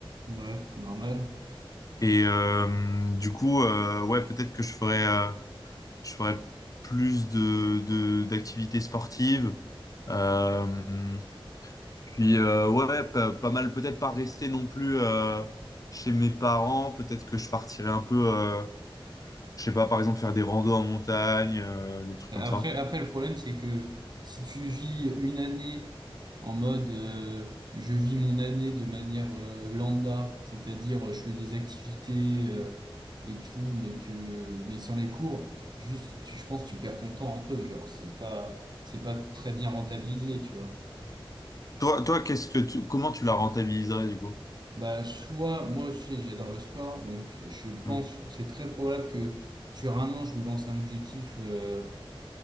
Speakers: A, on the right; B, on the left.
A: ouais, normal.
B: Et euh, du coup, euh, ouais, peut-être que je ferais, euh, je ferais plus de, de, d'activités sportives. Euh, puis euh, ouais, pas, pas mal, peut-être pas rester non plus euh, chez mes parents. Peut-être que je partirais un peu, euh, je sais pas, par exemple faire des randos en montagne, euh, des trucs
A: Après,
B: comme ça.
A: après, le problème, c'est que si tu vis une année en mode euh, je vis mon année de manière euh, lambda, c'est-à-dire euh, je fais des activités euh, et tout, mais que mais sans les cours, juste tu- je pense que tu perds ton temps un peu, genre c'est pas c'est pas très bien rentabilisé, tu vois.
B: Toi, toi, qu'est-ce que tu, comment tu la rentabiliserais du coup?
A: Bah soit moi tu sais, j'adore le sport, donc je pense
B: Hmm.
A: que c'est très probable que sur un an je me lance un objectif euh,